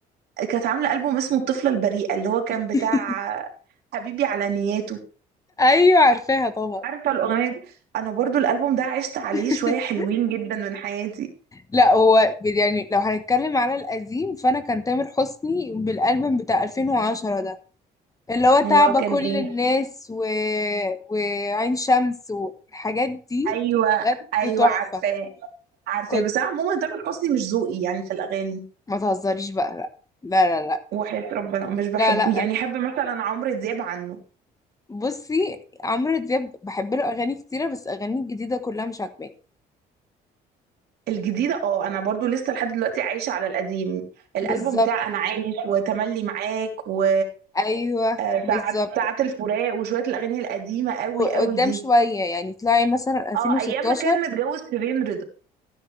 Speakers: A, on the right; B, on the left.
A: كانت عاملة ألبوم اسمه الطفلة البريئة اللي هو كان
B: <laughs>
A: بتاع حبيبي على نياته
B: ايوه عارفاها طبعا
A: عارفة الأغنية دي أنا برضو الألبوم ده عشت عليه
B: <laughs>
A: شوية حلوين جدا من حياتي
B: لا هو ب- يعني لو هنتكلم على القديم فانا كان تامر حسني بالالبوم بتاع 2010 ده اللي هو تعب
A: اللي هو كان
B: كل
A: إيه
B: الناس و... وعين شمس والحاجات دي
A: أيوة
B: بجد
A: أيوة
B: تحفة
A: عارفاه عارفاه
B: كنت
A: بس أنا عموما تامر حسني مش ذوقي يعني في الأغاني
B: ما تهزريش بقى لا لا لا
A: وحياة ربنا مش بحبه
B: لا لا,
A: يعني
B: لا.
A: أحب مثلا عمرو دياب عنه
B: بصي عمرو دياب بحب له اغاني كتيرة بس اغاني الجديدة كلها مش عاجباني
A: الجديدة اه أنا برضو لسه لحد دلوقتي عايشة على القديم الألبوم
B: بالظبط
A: بتاع أنا عايش وتملي معاك و
B: ايوه
A: آه،
B: بالظبط
A: ساعة ساعة الفراق وشوية الأغاني القديمة قوي
B: وقدام
A: قوي دي
B: شوية يعني طلعي مثلا 2016
A: اه أيام ما كان متجوز شيرين رضا